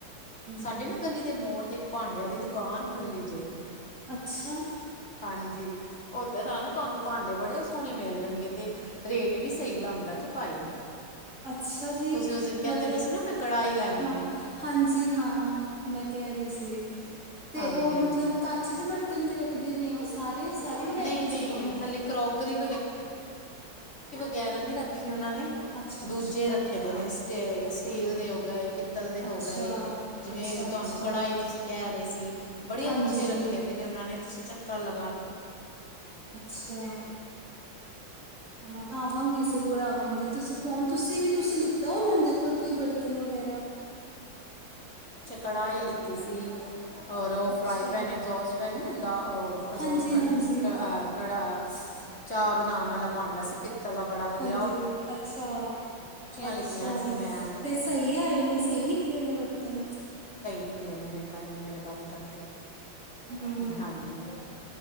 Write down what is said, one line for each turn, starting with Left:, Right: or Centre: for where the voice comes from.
Right: ਹਮ
Left: ਸਾਡੇ ਨਾ ਗਲੀ ਦੇ ਮੋੜ ਤੇ ਇੱਕ ਭਾਂਡਿਆਂ ਦੀ ਦੁਕਾਨ ਖੁੱਲੀ ਜੇ
Right: ਅੱਛਾ
Left: ਹਾਂਜੀ ਉੱਧਰ ਆਨਾ ਤੁਹਾਨੂੰ ਭਾਂਡੇ ਬੜੇ ਸੋਹਣੇ ਮਿਲ ਜਾਣਗੇ ਤੇ ਰੇਟ ਵੀ ਸਹੀ ਲਾਉਂਦਾ ਜੇ ਭਾਈ
Right: ਅੱਛਾ ਜੀ
Left: ਤੁਸੀਂ ਉਸ ਦਿਨ ਕਹਿੰਦੇ
Right: ਮਤਲਬ
Left: ਪਏ ਸੀ ਨਾ ਮੈਂ ਕੜਾਹੀ ਲੈਣੀ
Right: ਹਾਂ
Left: ਏ
Right: ਹਾਂਜੀ ਹਾਂ ਮੈਂ ਕਹਿ ਰਹੀ ਸੀ। ਤੇ ਤੇ
Left: ਹਾਂਜੀ
Right: ਉਹ
Left: ਹਾਂਜੀ
Right: ਮਤਲਬ ਕਚ ਦੇ ਬਰਤਨ ਵੀ ਰੱਖਦੇ ਨੇ ਉਹ ਸਾਰੇ ਸਾਰੀ ਵਰਾਇਟੀ
Left: ਨਹੀਂ ਨਹੀਂ
Right: ਹੈਗੀਆਂ ਨੇ ਓਂਦੇ
Left: ਹਲੇ
Right: ਕੋਲ?
Left: ਕਰੋਕਰੀ ਗੈਰਾ ਨੀ ਰੱਖ ਉਹਨਾਂ ਨੇ
Right: ਅੱਛਾ
Left: ਦੂਜੇ
Right: ਅੱਛਾ
Left: ਰੱਖੇ ਦੇ ਨੇ ਸਟੇ ਸਟੀਲ ਦੇ ਹੋ ਗਏ ਪਿੱਤਲ ਦੇ ਹੋ
Right: ਅੱਛਾ
Left: ਗਏ ਜਿਵੇਂ
Right: ਅੱਛਾ
Left: ਤੁਹਾਨੂੰ
Right: ਅੱਛਾ
Left: ਕੜਾਹੀ ਤੁਸੀਂ ਕਹਿ ਰਹੇ ਸੀ ਬੜੇ
Right: ਹਾਂਜੀ
Left: ਅੱਛੇ ਰੱਖੇ ਦੇ ਨੇ ਉਹਨਾਂ ਨੇ ਤੁਸੀਂ ਚੱਕਰ ਲ
Right: ਅੱਛਾ। ਹਾ ਆਹ ਜ਼ਰੂਰ ਆਵਾਂਗੀ। ਤੁਸੀਂ ਫੋਨ ਤੁਸੀਂ ਵੀ ਤੁਸੀਂ ਲਿੱਤਾ ਔਂਨਾਂ ਦੇ ਕੋਲ ਕੋਈ ਬਰਤਨ ਵਗੈਰਾ?
Left: ਕੜਾਈ ਲਿ ਤੀ ਸੀ, ਔਰ ਉਹ
Right: ਅੱਛਾ
Left: ਫਰਾਈ ਪੈਨ, ਐਗਜ਼ੋਸ ਫੈਨ ਨੀ ਹੁੰਂਦਾ, ਉਹ ਐਜੋਸ
Right: ਹਾਂਜੀ
Left: ਪੈਨ
Right: ਹਾਂਜੀ
Left: ਕ ਅ ਕੜਾਂ, ਸ ਚਾਹ ਬਣਾਉਣ ਵਾਲਾ ਭਾਂਡਾ ਸੀ, ਪਿੱਤਲ ਦਾ ਬੜਾ ਵਧ
Right: ਜੀ, ਅੱਛਾ। ਅੱਛਾ
Left: ਲਿੱਤੀਆਂ ਸੀ ਮੈਂ
Right: ਤੇ ਸਈ ਆਏ ਨੇ, ਸਈ ਨਿਕਲੇ ਨੇ ਬਰਤਨ?
Left: ਨਿਕਲਣੇ ਨੇ <unintelligible> ਮੇਰੇ ਬਰਤਨ ਤੇ।
Right: ਹੂੰ,
Left: ਹਾਂਜੀ